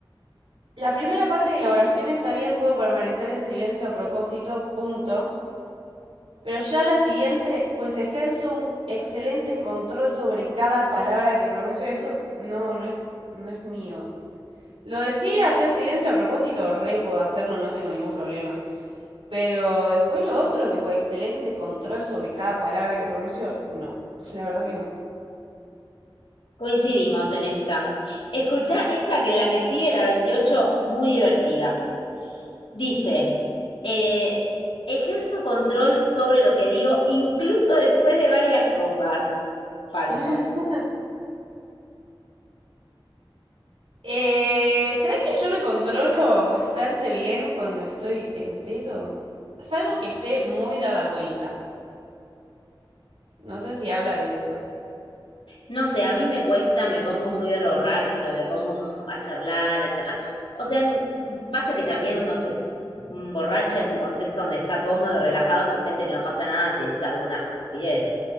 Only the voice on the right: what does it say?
la primera parte de la oración está bien, puedo permanecer en silencio a propósito, punto. Pero ya la siguiente, pues ejerzo un excelente control sobre cada palabra que pronuncio. Eso no, no es, no es mío. Lo de sí, hacer silencio a propósito, re puedo hacerlo, no tengo ningún problema. Pero después lo otro, tipo, excelente control sobre cada palabra que pronuncio, no, <laughs> la verdad que no.
<laughs> Eh, ¿sabes que yo me controlo bastante bien cuando estoy en pedo? Salvo que esté muy dada vuelta. No sé si habla de eso.